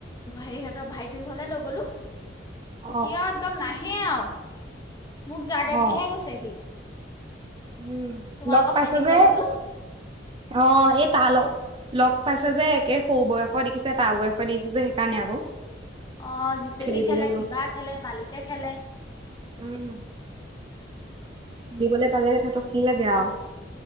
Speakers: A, on the left; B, on the right.
A: হেৰিহঁতৰ ভাইটিৰ ঘৰলে লৈ গলোঁ
B: অ
A: সিও একদম না সেই আও, মোক যাগে
B: অ
A: বুলিহে কৈছে সি।
B: উম,
A: তোমালোকৰ
B: লগ পাইছ
A: ভাইটিক
B: যে
A: লৈ গ'লো।
B: অ এই তা ল লগ পাইছে যে একে সৌ বয়সৰ দেখিছে তাৰ বয়সৰ দেখিছে যে সেইকাৰণে আকৌ।
A: অ' জিচেপি
B: খেলিবলৈ
A: খেলে,
B: ল
A: কিবা খেলে, বালিকে খেলে।
B: উম। খেলিবলে পালে তাহাতক
A: উম,
B: কি লাগে আও।